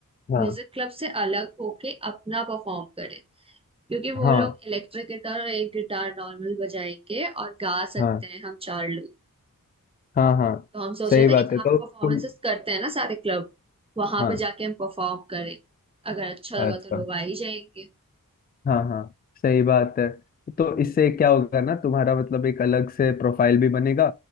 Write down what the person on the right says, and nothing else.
म्यूजिक क्लब से अलग होके अपना परफॉर्म करें क्योंकि वो
लोग इलेक्ट्रिक गिटार और एक गिटार नॉर्मल बजाएंगे और गा सकते
हैं हम चार लोग
तो हम सोच
रहे थे
कि जहाँ
पे परफॉर्मेंसेस
करते हैं ना सारे क्लब वहां
पे जाके हम परफॉर्म करें अगर अच्छा लगा
तो लोग आ ही जाएंगे